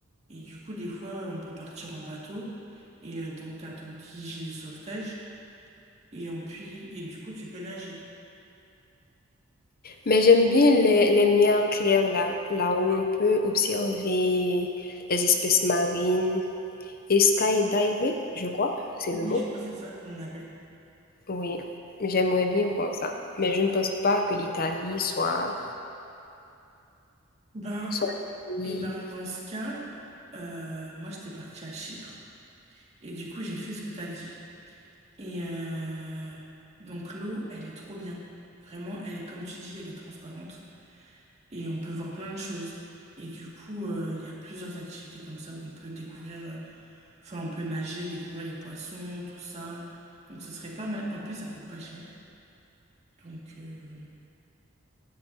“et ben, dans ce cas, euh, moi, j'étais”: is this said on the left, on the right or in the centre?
Right